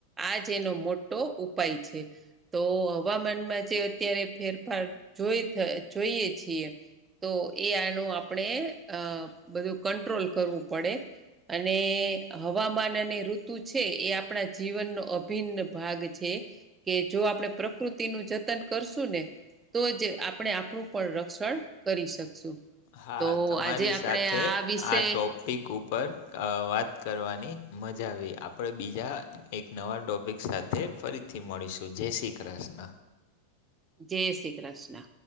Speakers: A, on the right (about 20°); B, on the left (about 50°).
A: આજ એનો મોટો ઉપાય છે તો હવામાનમાં જે અત્યારે ફેરફાર જોઈ જોઈએ છીએ તો એ આનું આપણે અ બધું કંટ્રોલ કરવું પડે. અને હવામાન અને ઋતુ છે એ આપણા જીવનનો અભિન્ન ભાગ છે. કે જો આપણેે પ્રકૃતિ નું જતન કરશું ને તો જ આપણે આપણું પણ રક્ષણ કરી શકશું.
B: હા
A: તો
B: તમારી
A: આજે આપણે
B: સાથે
A: વિશે
B: આ ટોપ ક ઉપર વાત કરવાની મજા આવી આપડે બીજા એક નવા ટોપિક સાથે ફરીથી મળીશું જય શ્રી કૃષ્ણ.
A: જય શ્રી કૃષ્ણ.